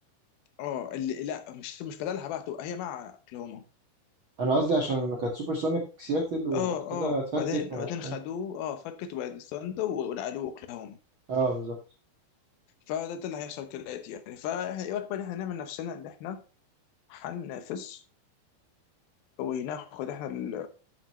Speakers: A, on the left; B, on the right.
A: اه اللي لا مش مش بدلها بقى هتبقى هي مع اوكلاهوما
B: انا قصدي عشان كانت سوبر سونيك سياتل وبعد
A: اه
B: كده
A: اه
B: اتفكت
A: وبعدين
B: وما
A: وبعدين
B: اعرفش
A: خدوه
B: إيه.
A: اه فكت وبعدين ثاندر ونقلوه اوكلاهوما
B: اه بالظبط
A: فده ده اللي هيحصل كالآتي يعني فاحنا ايه بقى إن احنا نعمل نفسنا ان احنا هننافس وناخد احنا ال...